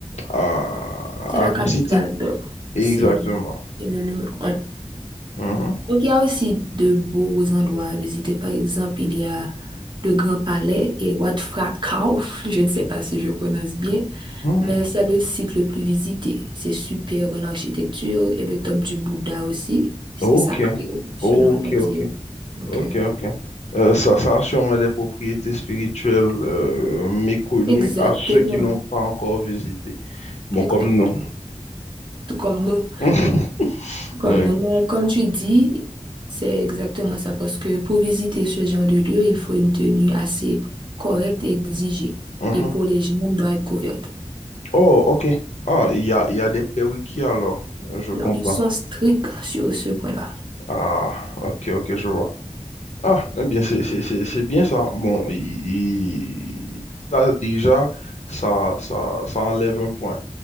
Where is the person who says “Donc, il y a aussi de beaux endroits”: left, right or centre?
Right